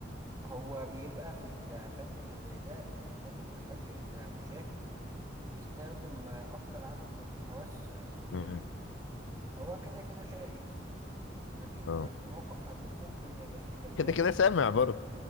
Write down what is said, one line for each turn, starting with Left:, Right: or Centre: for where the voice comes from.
Right: هو بيبقى في الفن اللي زي ده آه لازم تخلي المشاهد يستخدم آه، أكتر عدد من الحواس آه، ممكنة
Left: مم.
Right: هو كده كده شايف لكن
Left: اه
Right: في موقف حزين ممكن ما يبقاش فيه كلمات
Left: كده كده
Right: ما فيش
Left: سامع
Right: حاجة
Left: برضه